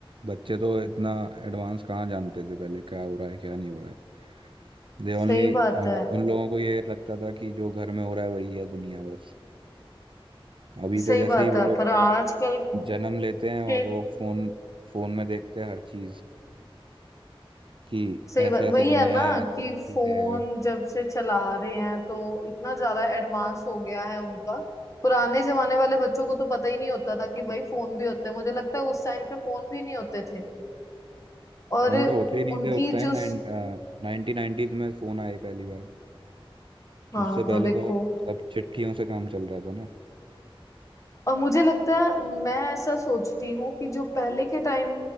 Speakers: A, on the right; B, on the left.
A: बच्चे तो इतना एडवांस कहाँ जानते थे पहले क्या हो रहा है क्या नहीं हो रहा है दे
B: सही
A: ओनली मतलब
B: बात है
A: उन लोगों को ये लगता था कि जो घर में हो रहा है वही है दुनिया बस अभी
B: सही
A: तो जैसे
B: बात
A: ही वो
B: है
A: लोग
B: पर आजकल
A: जन्म लेते हैं और
B: के
A: वो फोन फोन में देखते हैं हर चीज कि
B: सही
A: ऐसे
B: बात
A: ऐसे
B: वही
A: दुनिया
B: है ना
A: है सब
B: कि
A: चीजें
B: फोन
A: हैं
B: जब से चला रहे हैं तो इतना ज्यादा एडवांस हो गया है उनका पुराने जमाने वाले बच्चों को तो पता ही नहीं होता था कि भाई फोन भी होते हैं मुझे लगता है उस टाइम पे फोन भी नहीं होते थे और
A: फोन तो होते ही नहीं
B: उनकी
A: थे उस टाइम
B: जो
A: नाइन नाइनटीन नाइनटीज में फोन आए पहली बार
B: हाँ
A: उससे
B: तो
A: पहले
B: देखो
A: तो सब चिट्ठियों से काम चल रहा था ना
B: और मुझे लगता है मैं ऐसा सोचती हूँ कि जो पहले के टाइम